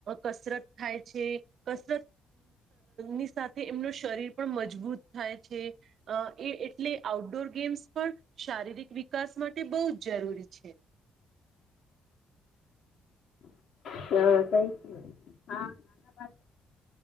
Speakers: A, on the right; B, on the left.
A: કસરત થાય છે, કસરત ની સાથે એમનું શરીર પણ મજબૂત થાય છે, અ એ એટલે આઉટડોર ગેમ્સ પણ શારીરિક વિકાસ માટે બહુ જ જરૂરી છે.
B: હ, થેન્ક્યુ, હાઆભાર